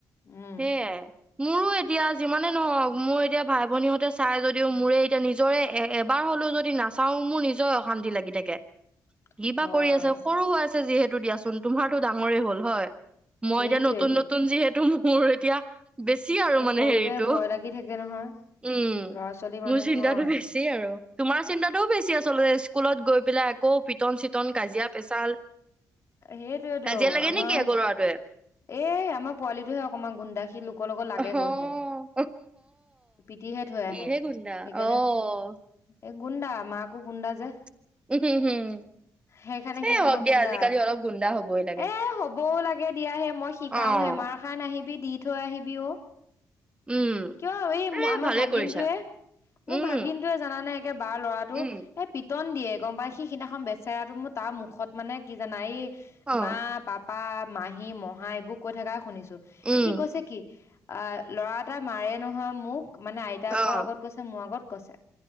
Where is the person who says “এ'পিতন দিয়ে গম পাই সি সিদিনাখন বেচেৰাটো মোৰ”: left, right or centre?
Left